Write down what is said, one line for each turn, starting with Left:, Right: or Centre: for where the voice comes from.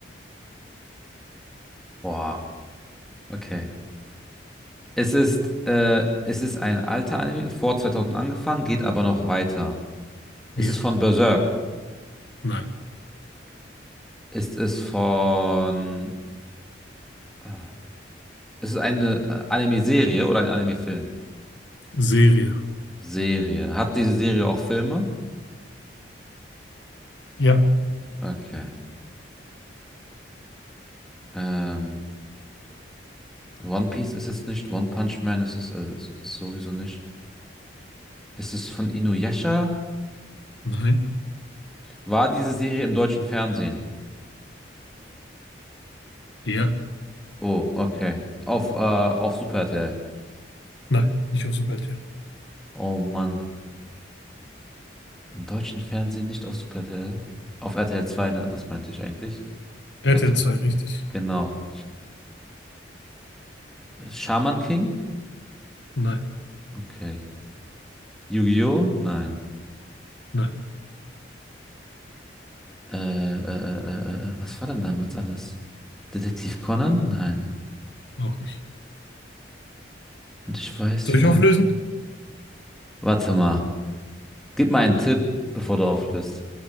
Centre: Boah. Okay. Es ist, äh, es ist ein alter Anime, vor 2000 angefangen, geht aber noch weiter. Ist
Left: Ja.
Centre: es von Berserk?
Left: Nein.
Centre: Ist es von, äh, ist es eine äh, Anime-Serie oder ein Anime-Film?
Left: Serie.
Centre: Serie. Hat diese Serie auch Filme?
Left: Ja.
Centre: Okay. Ähm, One Piece ist es nicht. One Punch Man ist es, also es ist sowieso nicht. Ist es von Inuyasha?
Left: Nein.
Centre: War diese Serie im deutschen Fernsehen?
Left: Ja.
Centre: Oh, okay. Auf, äh, auf Super RTL.
Left: Nein. Nicht auf Superhelden.
Centre: Oh Mann. Im deutschen Fernsehen nicht auf Super RTL. Auf RTL zwei, ne? Das meinte ich eigentlich.
Left: RTL
Centre: Ja, das
Left: zwei,
Centre: war.
Left: richtig.
Centre: Genau. Shaman King?
Left: Nein.
Centre: Okay. Yu-Gi-Oh? Nein.
Left: Nein.
Centre: Äh, äh, äh, äh, äh, was war denn damals alles? Detektiv Conan? Nein.
Left: Auch nicht.
Centre: Und ich weiß,
Left: Soll
Centre: wie
Left: ich
Centre: alt.
Left: auflösen?
Centre: Warte mal. Gib mal einen Tipp, bevor du auflöst.